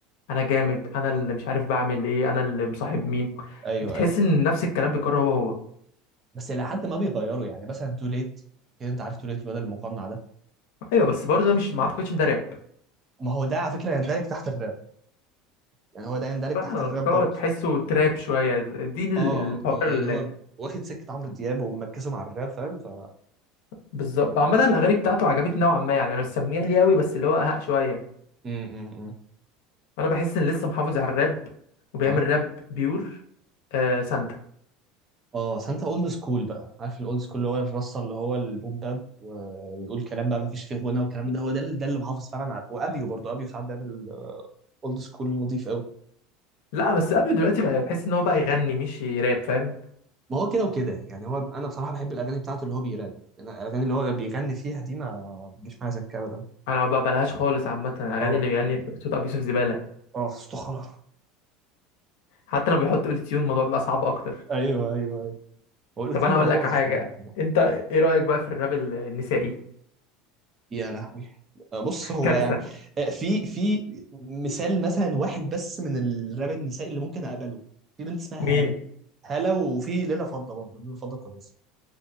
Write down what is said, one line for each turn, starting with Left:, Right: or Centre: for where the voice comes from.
Left: انا جامد انا اللي مش عارف بعمل ايه انا اللي مصاحب مين
Right: ايوه
Left: بتحس
Right: ايوه
Left: ان نفس الكلام بيكرر هو هو
Right: بس الى حد ما بيغيروا يعني مثلا تو ليت كده انت عارف تو ليت الواد المقنع ده
Left: ايوه بس برضو ده مش ما اعتقدش ان ده راب
Right: ما هو ده على فكره يندرج تحت الراب يعني هو ده يندرج
Left: فهو
Right: تحت الراب برضه
Left: تحسه تراب شويه دي ال-
Right: اه
Left: الحوار
Right: اه
Left: اللي
Right: يعني هو واخد سكه عمرو دياب ومركزه مع الراب فاهم ف
Left: بالظبط عامه الاغاني بتاعته عجبتني نوعا ما يعني انا مش سميع ليه قوي بس اللي هو اهق شويه
Right: امم
Left: انا بحس ان لسه محافظ على الراب وبيعمل
Right: اه
Left: راب بيور آه سانتا
Right: اه سانتا اولد سكول بقى عارف الاولد سكول اللي هو الرصه اللي هو البوم باب و- ويقول كلام بقى ما فيش فيه غنى والكلام ده هو ده اللي- ده اللي محافظ فعلا على وابيو برضه ابيو ساعات بيعمل اولد سكول نظيف قوي
Left: لا بس ابيو دلوقتي بقى تحس ان هو بقى يغني مش راب فاهم
Right: ما هو كده وكده يعني هو انا بصراحه بحب الاغاني بتاعته اللي هو بيراب يعني الاغاني اللي هو بيغني فيها دي ما بتجيش معايا سكه ابدا
Left: انا ما بقبلهاش خالص عامه الاغاني
Right: اه
Left: اللي بيغني صوت ابي يوسف زباله
Right: اه استخرة
Left: حتى لما بيحط اوتو تيون الموضوع بيبقى صعب اكتر
Right: ايوه ايوه ايوه هو الاوتيل
Left: طب انا
Right: ده
Left: اقول
Right: بوظ
Left: لك حاجه
Right: طبعاً.
Left: انت ايه رايك بقى في الراب ال- النسائي
Right: يا لهوي آه، بص هو
Left: كارثه
Right: يعني آه، في في مثال مثلا واحد بس من الراب النسائي اللي ممكن اقبله في بنت اسمها
Left: مين
Right: هالة هالة وفي ليلة فضة برضه ليلة فضة كويسة